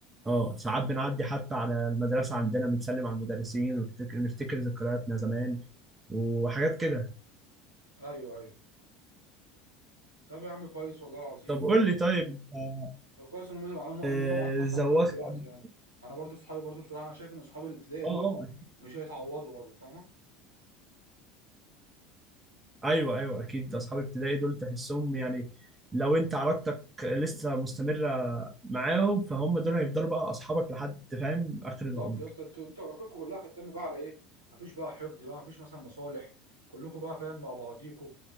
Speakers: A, on the right; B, on the right.
A: اه ساعات بنعدي حتى على المدرسة عندنا بنسلم على المدرسين ونفتكر نفتكر ذكرياتنا زمان وحاجات كده
B: ايوه ايوه طب يا عم كويس والله العظيم
A: طب قول
B: يعني
A: لي طيب آه
B: طب كويس ان هم
A: آه،
B: ان هم معاك اصلا
A: زوغت
B: لغايه دلوقتي
A: قبل-
B: يعني انا برضو صحابي برضو بصراحه انا شايف ان صحابي الابتدائي
A: اه
B: دول
A: اه
B: مش هيتعوضوا برضو فاهم
A: ايوه ايوه اكيد اصحاب ابتدائي دول تحسهم يعني لو انت علاقتك لسه مستمرة معاهم فهم دول هيفضلوا بقى اصحابك لحد فاهم اخر
B: بالظبط
A: العمر
B: يا اسطى انتوا انتوا علاقتكم كلها كانت قايمه بقى على ايه مفيش بقى حقد بقى مفيش مثلا مصالح كلكم بقى فاهم مع بعضيكوا